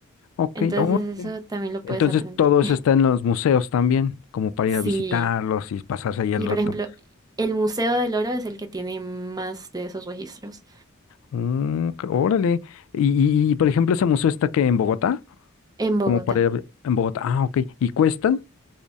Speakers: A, on the left; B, on the right.
A: ok.
B: Entonces
A: oh, ok.
B: eso también lo
A: Entonces
B: puedes aprender.
A: todo eso
B: <laughs>
A: está en los museos también, como para
B: Sí,
A: ir a visitarlos y pasarse ahí
B: sí,
A: el rato.
B: por ejemplo, el Museo del Oro es el que tiene más de esos registros
A: Mm, qué- órale. Y, y, y, por ejemplo, ese museo está que en Bogotá,
B: en Bogotá.
A: como para ir a ver- en Bogotá. Ah, ok. ¿Y cuestan?